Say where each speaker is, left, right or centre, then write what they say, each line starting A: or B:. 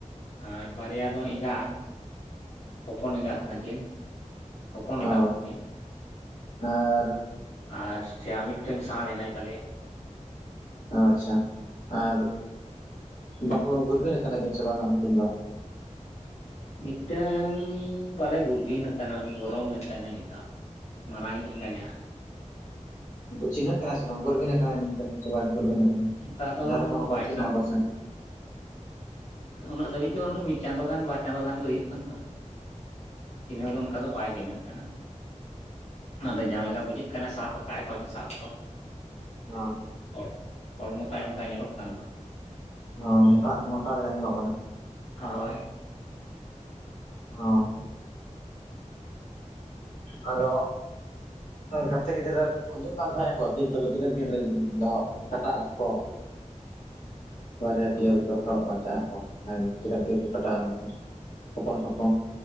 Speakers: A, on the left (about 60°); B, on the left (about 80°).
A: ᱟᱨ ᱵᱟᱨᱭᱟ ᱫᱚ ᱮᱸᱜᱟ ᱦᱚᱯᱚᱱ ᱮᱸᱜᱟ ᱠᱟᱱᱟ ᱠᱤᱱ ᱦᱚᱯᱚᱱ ᱟᱠᱟᱫ
B: ᱚ
A: ᱠᱚᱣᱟ ᱠᱤᱱ
B: ᱟᱨ
A: ᱟᱨ ᱥᱮ ᱟᱢᱤᱫᱴᱟᱝ ᱥᱟᱬ ᱦᱮᱱᱟᱭ ᱛᱟᱞᱮᱭᱟ᱾
B: ᱟᱪᱪᱷᱟ ᱟᱨ ᱵᱟᱠᱚ ᱜᱩᱨᱵᱷᱤᱱ ᱟᱠᱟᱱᱟ ᱠᱤᱱ ᱥᱮ ᱵᱟᱝᱟ ᱩᱱᱠᱤᱱ ᱫᱚ?
A: ᱢᱤᱫᱴᱟᱝ ᱯᱟᱞᱮ ᱜᱩᱨᱵᱷᱤᱱᱚᱜ ᱠᱟᱱᱟ ᱩᱱᱤ ᱜᱚᱨᱚᱢ ᱞᱮᱱ ᱛᱟᱭᱱᱟ ᱢᱤᱫ ᱫᱷᱟᱣ ᱢᱟᱨᱟᱝᱤᱡ ᱮᱸᱜᱟᱡᱟ
B: ᱪᱤᱱᱦᱹᱟᱹᱜ ᱠᱟᱱᱟᱭ ᱥᱮ ᱵᱟᱝ ᱜᱩᱨᱵᱤᱱ ᱟᱠᱟᱱᱟᱭ ᱢᱮᱱᱛᱮ ᱜᱩᱨᱵᱤᱱ ᱟᱠᱟᱱᱟᱭ
A: ᱚᱱᱠᱟ ᱫᱚ
B: ᱡᱟᱦᱟᱸ ᱞᱮᱠᱟ
A: ᱵᱟᱭ
B: ᱪᱤᱱᱦᱟᱹ ᱟᱠᱚ ᱥᱮ
A: ᱩᱱᱟᱹᱜ ᱫᱷᱟᱹᱵᱤᱡ ᱫᱚ ᱢᱤᱫ ᱪᱟᱸᱫᱳ ᱜᱟᱱ ᱵᱟ ᱪᱟᱸᱫᱳ ᱜᱟᱱ ᱜᱮ ᱦᱩᱭᱩᱜ ᱠᱟᱱ ᱫᱚ ᱪᱤᱱᱦᱟᱹᱣ ᱫᱚ ᱚᱱᱠᱟ ᱫᱚ ᱵᱟᱭ ᱪᱤᱱᱦᱟᱹᱜ ᱠᱟᱱᱟ᱾ ᱟᱫᱚ ᱡᱟᱦᱟᱸᱮ ᱞᱮᱠᱟ ᱵᱩᱡᱷᱟᱹᱜ ᱠᱟᱱᱟᱭ ᱥᱟᱵ ᱟᱠᱟᱫᱟᱭ ᱯᱟᱞᱮᱱ ᱥᱟᱵ ᱫᱚ
B: ᱦᱚ
A: ᱦᱚᱲ ᱦᱚᱲᱢᱚ ᱛᱟᱭ ᱚᱱᱠᱟ ᱧᱮᱞᱚᱜ ᱠᱟᱱ ᱫᱚ
B: ᱚ ᱢᱚᱴᱟ ᱢᱚᱴᱟ ᱨᱮ ᱞᱮᱠᱟ ᱧᱮᱞᱚᱜ ᱠᱟᱱᱟ᱾
A: ᱦᱳᱭ
B: ᱚ ᱟᱫᱚ ᱜᱟᱛᱮ ᱜᱤᱫᱽᱨᱟᱹ ᱠᱷᱚᱡᱩᱜ ᱠᱟᱱ ᱛᱟᱦᱮᱸᱱᱟ ᱠᱚᱤᱱ ᱛᱚᱵᱮ ᱛᱤᱱᱟᱹᱜ ᱫᱤᱱ ᱨᱮ ᱫᱚᱚᱜ ᱠᱟᱴᱟᱜ ᱟᱠᱚ ᱵᱟᱨᱭᱟ ᱯᱮᱭᱟ ᱫᱚᱨᱠᱟᱨᱚᱜ ᱠᱟᱱ ᱛᱟᱦᱮᱸᱫᱼᱟᱠᱚ ᱚᱱᱟᱜᱮ ᱛᱤᱨᱟᱱ ᱛᱤᱨ ᱨᱮᱠᱚ ᱠᱟᱴᱟᱣᱟ ᱢᱮᱱᱠᱷᱟᱱ ᱦᱚᱯᱚᱱᱚᱜᱼᱟ ᱠᱚ